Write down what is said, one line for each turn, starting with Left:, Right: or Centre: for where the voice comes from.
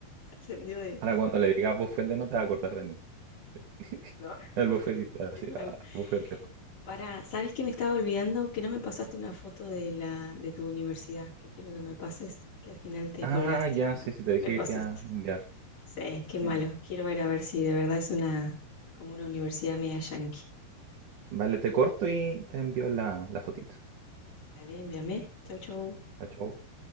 Left: ascendió de,
Right: Ahora cuando le digas buffet de no te vas a acordar de mí. <laughs>
Left: no,
Right: El buffet, así,
Left: igual
Right: ah, buffet o kiosco.
Left: Para, ¿sabes que me estaba olvidando? Que no me pasaste una foto de la de tu universidad, que quiero que me pases, que al final te
Right: Ah,
Left: colgaste,
Right: ya,
Left: no,
Right: sí, sí, te
Left: no
Right: dije
Left: me pasaste.
Right: que te iba a enviar.
Left: Sí, qué malo.
Right: Sí.
Left: Quiero ver a ver si de verdad es una como una universidad media yankee.
Right: Vale, te corto y te envío la, la fotito.
Left: Dale, envíame. Chau, chau.
Right: Chao. chao.